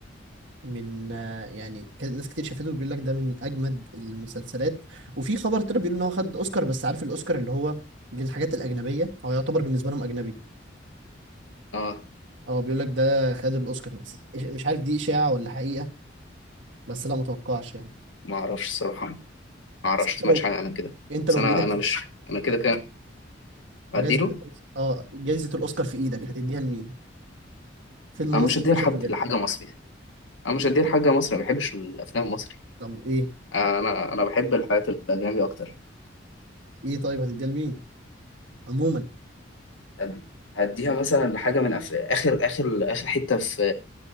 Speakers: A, on the right; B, on the left.
A: من آه، يعني كان ناس كتير شافته بيقول لك ده من اجمد المسلسلات وفي خبر طلع بيقول ان هو خد اوسكار بس عارف الاوسكار اللي هو للحاجات الاجنبيه هو يعتبر بالنسبه لهم اجنبي
B: اه
A: اه بيقول لك ده خد الاوسكار بس مش عارف دي اشاعه ولا حقيقه بس لا متوقعش يعني
B: ما اعرفش الصراحه ما اعرفش
A: بس انت
B: ما سمعتش
A: لو
B: حاجه عن كده
A: انت
B: بس
A: لو
B: انا
A: بايدك
B: انا مش انا كده كده
A: جايزه
B: اديله
A: الأوس- اه جايزه الاوسكار في ايدك هتديها لمين فيلم
B: انا
A: مصري
B: مش هديها
A: انت شايفه
B: لحد
A: جامد
B: لحاجه مصري انا مش هديها لحاجه مصري ما بحبش الافلام المصري
A: طب ايه
B: انا انا بحب الحاجات الاجنبي اكتر
A: ايه طيب هتديها لمين عموما
B: هد- هديها مثلا لحاجه من أف... اخر اخر اخر حته في